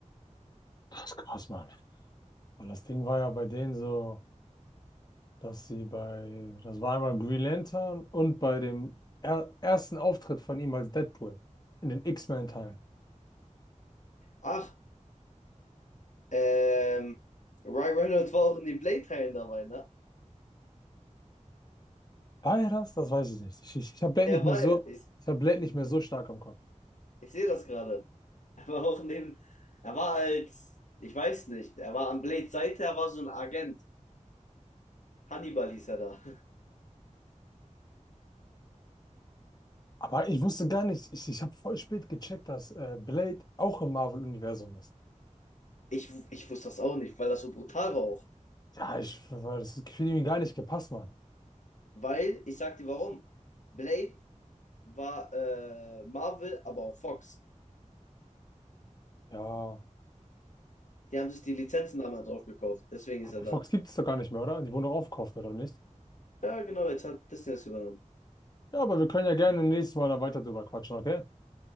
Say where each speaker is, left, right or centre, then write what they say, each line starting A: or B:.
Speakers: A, on the left; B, on the left.
A: Das ist krass, Mann. Weil das Ding war ja bei denen so, dass sie bei, das war einmal Green Lantern und bei dem er ersten Auftritt von ihm als Deadpool in den X-Men-Teilen.
B: Ach, ähm, Ryan Reynolds war auch in den Blade-Teilen dabei, ne?
A: War er das? Das weiß ich nicht. Ich, ich, ich habe Blade
B: Er
A: nicht mehr
B: war
A: so,
B: er. Ich,
A: ich habe Blade nicht mehr so stark im Kopf.
B: ich sehe das gerade. Er war auch in dem, er war als, ich weiß nicht, er war an Blades Seite, er war so ein Agent. Hannibal hieß er da.
A: Aber ich wusste gar nicht, ich, ich habe voll spät gecheckt, dass äh, Blade auch im Marvel-Universum ist.
B: Ich, ich wusste das auch nicht, weil das so brutal war auch.
A: Ja, ich, weil das Gefühl mir gar nicht gepasst, Mann.
B: Weil, ich sag dir warum. Blade war äh, Marvel, aber auch Fox.
A: Ja,
B: Die haben sich die Lizenzen damals aufgekauft. Deswegen
A: aber
B: ist er da.
A: Fox gibt es doch gar nicht mehr, oder? Die wurden doch aufgekauft, oder nicht?
B: Ja, genau, jetzt hat Disney das übernommen.
A: Ja, aber wir können ja gerne nächstes Mal da weiter drüber quatschen, okay?